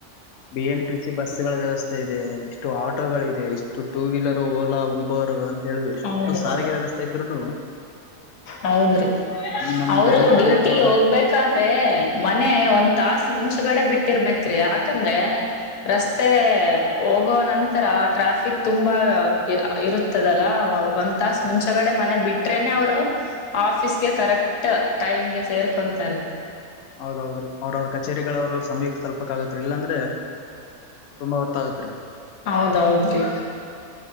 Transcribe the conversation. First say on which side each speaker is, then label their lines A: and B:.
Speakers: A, on the left (about 65°); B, on the left (about 90°).
A: ಬಿ ಎಂ ಟಿ ಸಿ ಬಸ್ಗಳ ವ್ಯವಸ್ಥೆ ಇದೆ. ಇಷ್ಟು ಆಟೋಗಳ ಇದೆ ಇಷ್ಟು ಟೂ ವೀಲರ್ ಓಲಾ ಊ ಒರು ಅಂತ ಹೇಳ ಎಷ್ಟು
B: ಹೌದು
A: ಸಾರಿಗೆ ವ್ಯವಸ್ಥೆ ಇದ್ರುನು
B: ಹೌದ್ರಿ
A: ನಮ್
B: ಅವರು
A: ಬೆಂಗಳೂರಲ್ಲಿರೋ
B: ಡ್ಯೂಟಿಗೆ ಹೋಗ್ಬೇಕಾದ್ ಮನೆ ಒಂದ್ ತಾಸ ಮುಂಚೆಗಡೆ ಬಿಟ್ಟಿರ್ಬೇಕ್ರಿ ಯಾಕಂದ್ರೆ ರಸ್ತೆ ಹೋಗೋ ನಂತರ ಟ್ರಾಫಿಕ್ ತುಂಬಾ ಇರುತ್ತದಲ್ಲ ಒಂದ್ ತಾಸ ಮುಂಚೆಗಡೆ ಮನೆ ಬಿಟ್ರೇನೆ ಅವ್ರು ಆಫೀಸ್ಗೆ ಕರೆಕ್ಟ್ ಟೈಮ್ಗೆ ಸೇರ್ಕೊಂತಾರೆ.
A: ಹೌದೌದ್ರೀ ಅವ್ರ ಅವ್ರ ಕಚೇರಿಗಳ ಅವ್ರ ಅವ್ರ ಸಮಯಕ್ಕೆ ತಲ್ಪಕ್ ಆಗತ್ರೀ ಇಲ್ಲಾಂದ್ರೆ ತುಂಬಾ ಒತ್ತಾಗತ್ರಿ.
B: ಹೌದೌದ್ರಿ